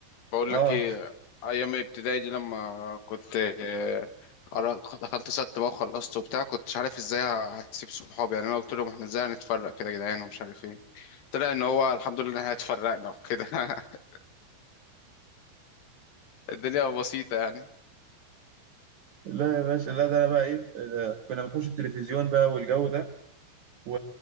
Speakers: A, on the left; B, on the right.
A: بقول
B: اه
A: لك ايه
B: <laughs>
A: ايام الابتدائي دي لما كنت آه، قرا- دخلت ست بقى وخلصت وبتاع كنتش عارف ازاي هسيب صحابي يعني انا قلت لهم احنا ازاي هنتفرق كده يا جدعان ومش عارف ايه طلع ان هو الحمد لله ان احنا اتفرقنا وكده <laughs> الدنيا بسيطة يعني
B: لا يا باشا لا ده انا بقى ايه آه، كنا بنحوش التلفزيون بقى والجو ده و...